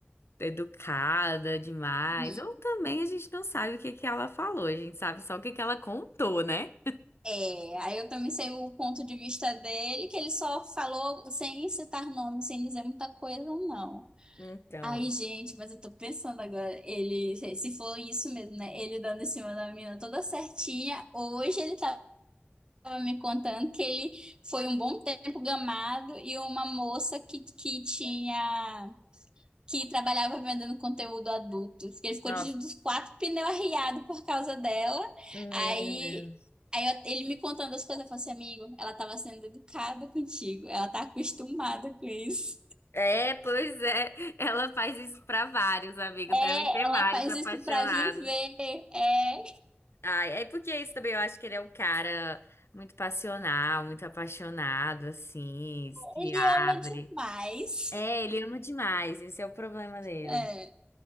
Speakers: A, on the left; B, on the right.
A: educada demais,
B: Uhum.
A: ou também a gente não sabe o que que ela falou, a gente sabe só o que que ela contou, né?
B: É, aí eu também sei o ponto de vista dele, que ele só falou sem citar nome, sem dizer muita coisa, não.
A: Então,
B: Ai, gente, mas eu tô pensando agora, ele, se for isso mesmo, né? Ele dando em cima da menina toda certinha. Hoje ele tava me contando que ele foi um bom tempo gamado e uma moça que, que tinha, que trabalhava vendendo conteúdo adulto. Que Ele ficou
A: nossa,
B: de, dos quatro pneus arriado por causa dela.
A: meu
B: Aí,
A: Deus.
B: aí eu- ele me contando as coisas, eu falei assim, amigo, ela tava sendo educada contigo, ela tá acostumada com isso.
A: É, pois é, ela faz isso pra vários amigos,
B: É,
A: devem ter
B: ela
A: vários
B: faz
A: apaixonados.
B: isso pra viver. É,
A: Ai, é porque isso também eu acho que ele é um cara muito passional, muito apaixonado, assim, se
B: ele
A: abre.
B: ama demais.
A: É, ele ama demais, esse é o problema dele.
B: É,